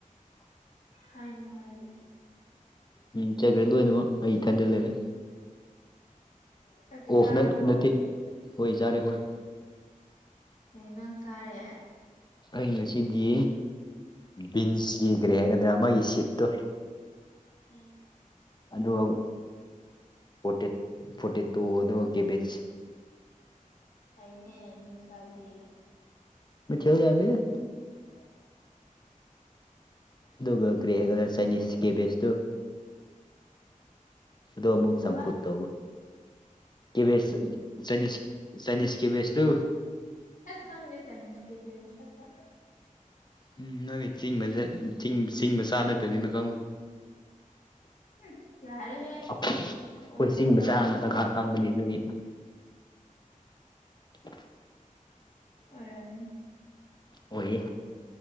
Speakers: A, on the left; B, on the left.
A: ꯍꯥꯏꯅꯨ ꯍꯥꯢꯌꯣ
B: ꯎꯝ ꯆꯠꯒ꯭ꯔꯦ ꯂꯣꯏꯅꯃꯛ ꯑꯩ ꯏꯊꯟꯗ ꯂꯩꯔꯦ
A: ꯆꯥꯛꯇꯤ
B: ꯑꯣꯐ
A: ꯆꯥꯔꯕꯣ
B: ꯅꯠ ꯅꯠꯇꯦ ꯍꯣꯢ ꯆꯥꯔꯦ ꯍꯣꯏ
A: ꯀꯩ ꯏꯟꯖꯥꯡ ꯆꯥꯔꯦ
B: ꯑꯩ ꯉꯁꯤꯗꯤ ꯕꯤꯟꯖꯒꯤ ꯀꯔꯤ ꯍꯥꯏꯒꯗ꯭ꯔꯥ ꯃꯥꯒꯤ ꯁꯤꯠꯇꯣ
A: ꯎꯝ
B: ꯑꯗꯨꯒ ꯐꯣꯔꯇꯦꯠ ꯄꯣꯇꯦꯇꯣ ꯑꯗꯨꯒ ꯀꯦꯕꯤꯖ
A: ꯐꯩꯅꯦ ꯃꯤ ꯃꯆꯥꯗꯤ
B: ꯃꯊꯦꯜ ꯌꯥꯝꯃꯤꯗ
A: <inaudible>
B: ꯑꯗꯨꯒ ꯀ꯭ꯔꯤ ꯍꯥꯢꯒꯦꯔꯥ ꯆꯥꯏꯅꯤꯁ ꯀꯦꯕꯦꯖ ꯇꯣ ꯑꯗꯣ ꯑꯃꯨꯛ
A: ꯀꯩ
B: ꯆꯝꯐꯨꯠ
A: ꯍꯥꯏꯕ
B: ꯇꯧꯕ ꯀꯦꯕꯦꯖ ꯆꯥꯢꯅꯤꯁ ꯆꯥꯢꯅꯤꯁ ꯀꯦꯕꯖꯇꯣ
A: ꯑꯁ ꯈꯪꯗꯦ ꯆꯥꯏꯅꯤꯁ ꯀꯦꯕꯦ ꯃꯁꯛꯀ
B: ꯎꯝ ꯅꯣꯢ ꯆꯤꯡ ꯃꯆꯥ ꯆꯤꯡ ꯃꯆꯥ ꯅꯠꯇꯝꯅꯤꯅ ꯈꯪꯉꯣꯢ
A: ꯎꯝ ꯌꯥꯔꯦꯍꯦ
B: ꯑꯩꯈꯣꯏ
A: ꯑꯣꯏꯗꯕ
B: ꯆꯤꯡ ꯃꯆꯥ ꯉꯥꯡꯇ ꯈꯪ <unintelligible> ꯑꯗꯨꯗꯤ <inaudible>
A: ꯑꯣꯏꯔꯝꯅꯤ
B: ꯑꯣꯏꯌꯦ